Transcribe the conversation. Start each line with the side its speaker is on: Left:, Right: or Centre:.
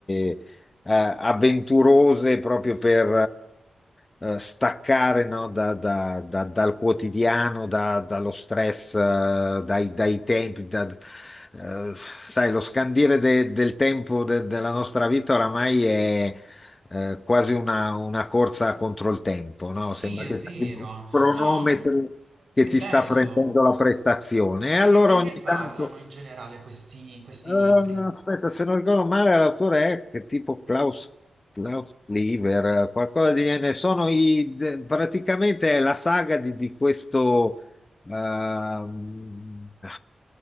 Left: eh, avventurose proprio per eh, eh, staccare no, da- da- da- dal quotidiano, da- dallo stress, eh, dai, dai tempi. da- eh, sai, lo scandire de- del tempo de- della nostra vita oramai è eh, quasi una, una corsa contro il tempo,
Right: Sì,
Left: no? Sembra
Right: è
Left: che
Right: vero.
Left: c'è un cronometro
Right: No,
Left: che
Right: è
Left: ti
Right: bello.
Left: sta prendendo la prestazione. E
Right: E
Left: allora
Right: di che
Left: ogni
Right: parlano
Left: tanto,
Right: in generale questi questi
Left: eh,
Right: libri?
Left: aspetta, se non ricordo male, l'autore è che tipo Klaus, Klaus Klever, eh, qualcosa di genere. Sono i, de- praticamente è la saga di, di questo. ehm,